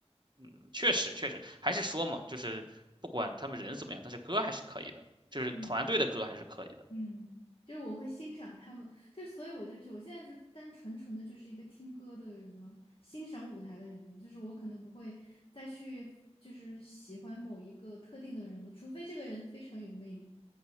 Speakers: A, on the right; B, on the left.
A: 嗯，确实确实，还是说嘛，就是不管他们人怎么样，但是歌还是可以的，就是团队的歌还是可以的。
B: 嗯嗯，就是我会欣赏他们，就所以我就是我现在就单纯纯的就是一个听歌的人了，欣赏舞台的人了，就是我可能不会再去就是喜欢某一个特定的人了，除非这个人非常有魅力。